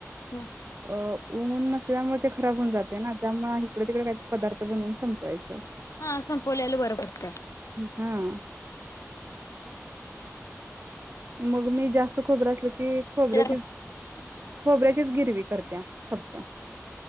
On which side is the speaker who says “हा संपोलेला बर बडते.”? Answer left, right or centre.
Left